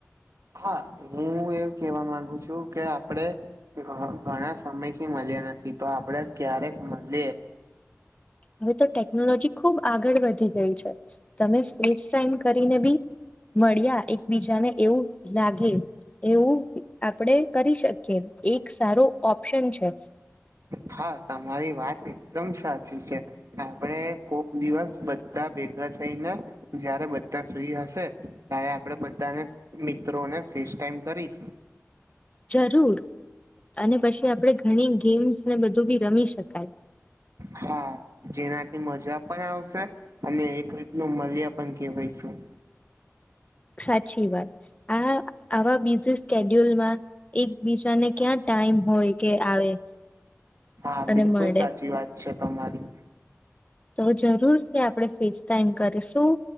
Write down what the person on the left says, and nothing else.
<inaudible> હવે તો ટેકનોલોજી ખુબ આગળ વધી ગઈ છે તમે ફેસ ટાઈમ કરીને બી મળ્યા એકબીજા ને એવું લાગે. એવું આપડે કરી શકીએ એક એક સારું ઓપ્શન છે.
જરૂર. અને પછી આપણે ઘણી ગેમ્સ ને બધું બી રમી શકાય.
સાચી વાત આ આવા બીજી સ્ડ્યુલમાં એકબીજાને ક્યાં ટાઈમ હોય કે આવે
અને
મળે
તો જરૂર છે આપણે ફેસ ટાઈમ કરીશું